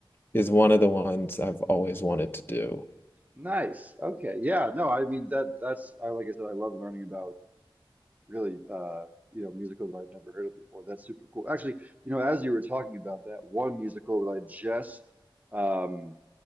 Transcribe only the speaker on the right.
Nice. Okay. Yeah. No, I mean that that's I like I said, I love learning about really uh you know musicals I've never heard of before. That's super cool. Actually, you know, as you were talking about that one musical that I just um